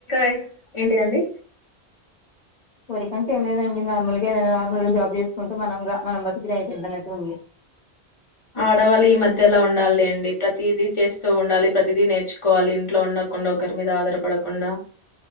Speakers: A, on the left; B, on the left.
A: <inaudible> ఏంటిదండి
B: కోరికంటే ఏం లేదండి నార్మల్గా ఏదైనా నార్మల్గా జాబ్ చేసుకుంటూ మన మనం బతికినా అయిపోద్దన్నట్టు ఉంది
A: ఆడవాళ్ళు ఈ మధ్యలా ఉండాలిలేండి. ప్రతీదీ చేస్తూ ఉండాలి. ప్రతీదీ నేర్చుకోవాలి. ఇంట్లో ఉండకుండా ఒకరి మీద ఆధారపడకుండా.